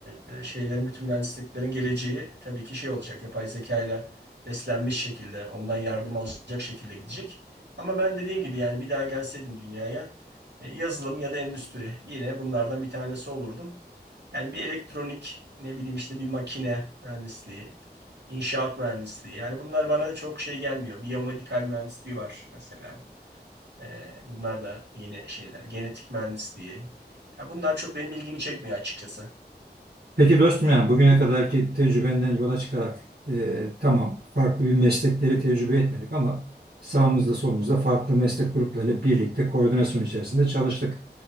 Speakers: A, on the right; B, on the right.
A: e, şeylerin bütün mühendisliklerin geleceği tabii ki şey olacak. Yapay zeka ile beslenmiş şekilde, ondan yardım alacak şekilde gidecek. Ama ben dediğim gibi yani bir daha gelseydim dünyaya e, yazılım ya da endüstri yine bunlardan bir tanesi olurdum. Yani bir elektronik ne bileyim işte bir makine mühendisliği, inşaat mühendisliği. Yani bunlar bana çok şey gelmiyor. Biyomedikal mühendisliği var mesela. Ee, bunlar da yeni şeyler. Genetik mühendisliği. Ya bunlar çok benim ilgimi çekmiyor açıkçası.
B: Peki dostum yani bugüne kadarki tecrübenden yola çıkarak e, tamam farklı bir meslekleri tecrübe etmedik ama sağımızda solumuzda farklı meslek gruplarıyla birlikte koordinasyon içerisinde çalıştık